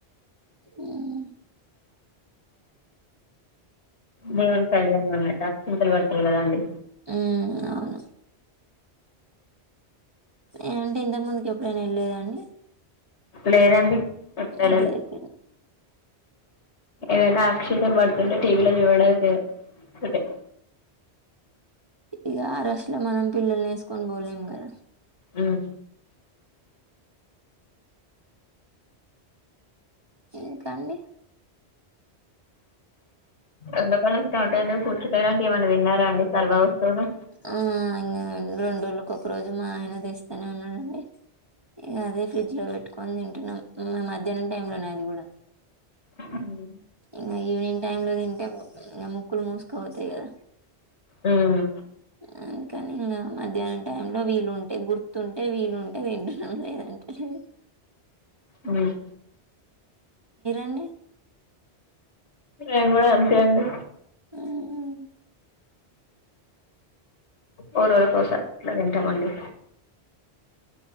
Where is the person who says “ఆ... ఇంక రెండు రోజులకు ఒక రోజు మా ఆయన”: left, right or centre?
Right